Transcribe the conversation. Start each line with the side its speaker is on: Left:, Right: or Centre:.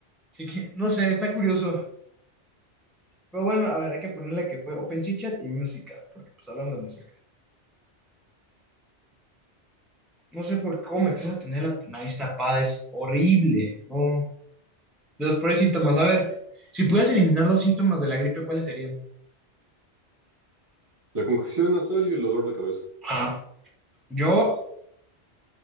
Centre: Así que, no sé, está curioso. Pero bueno, a ver, hay que ponerle que fue Open Chit Chat y música, porque pues hablamos de música. No sé por qué, cómo me estresa tener la nariz tapada, es horrible. No. De los peores síntomas. A ver, si pudieras eliminar dos síntomas de la gripe, ¿cuáles serían?
Right: La congestión nasal y el dolor de cabeza. <clears throat>
Centre: Ah, Yo,